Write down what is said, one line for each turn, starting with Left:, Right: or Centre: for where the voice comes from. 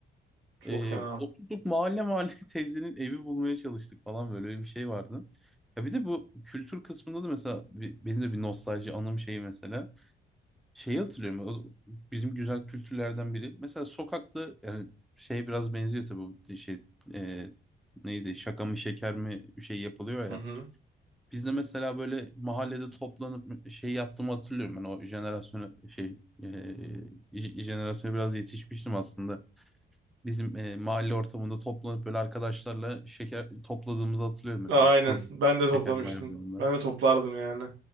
Right: Çok
Centre: Ee,
Right: fena.
Centre: oturduk mahalle mahalle <laughs> teyzenin evi bulmaya çalıştık falan böyle bir şey vardı. Ya bir de bu kültür kısmında da mesela bir- benim de bir nostalji anım şeyi mesela. Şeyi hatırlıyorum o bizim güzel kültürlerden biri. Mesela sokakta yani şey biraz benziyor tabii bu şey e, neydi şaka mı şeker mi şey yapılıyor
Right: Hı
Centre: ya.
Right: hı.
Centre: Biz de mesela böyle mahallede toplanıp şey yaptığımı hatırlıyorum. Ben o jenerasyona şey e, j- jenerasyona biraz yetişmiştim aslında. Bizim e, mahalle ortamında toplanıp böyle arkadaşlarla şeker topladığımızı hatırlıyorum mesela
Right: Aynen.
Centre: kurum
Right: Ben de toplamıştım.
Centre: şeker bayramlarında.
Right: Ben de toplardım yani.